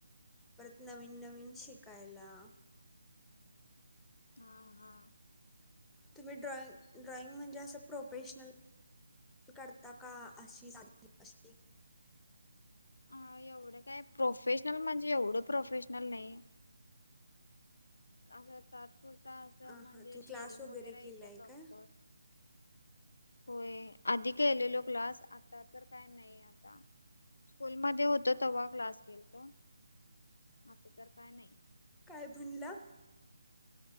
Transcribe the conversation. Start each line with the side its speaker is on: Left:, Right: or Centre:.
Centre: परत नवीन नवीन शिकायला.
Left: हा हा.
Centre: तुम्ही ड्रॉइंग ड्रॉइंग म्हणजे असं प्रोफेशनल. करता का अशीशी.
Left: हा एवढं काय प्रोफेशनल म्हणजे एवढं प्रोफेशनल नाही. असं तात्पुरता असं
Centre: हां
Left: म्हणजे
Centre: हां तुम्ही
Left: शेडिंग
Centre: क्लास
Left: वगैरे
Centre: केला
Left: येते
Centre: आहे
Left: प्रॉपर.
Centre: का
Left: होय आधी केलेलो क्लास आता तर काय नाही आता. स्कूल मध्ये होतो तेव्हा क्लास केेलतो आता तर काय नाही.
Centre: काय म्हणला.